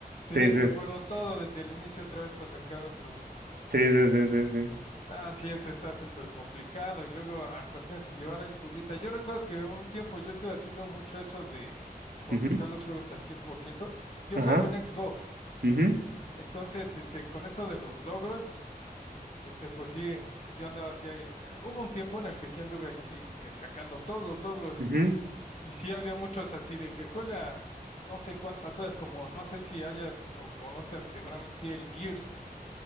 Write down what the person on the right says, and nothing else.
sí,
sí,
sí, sí, sí, sí, sí.
Ujú,
ajá,
ujú,
ujú.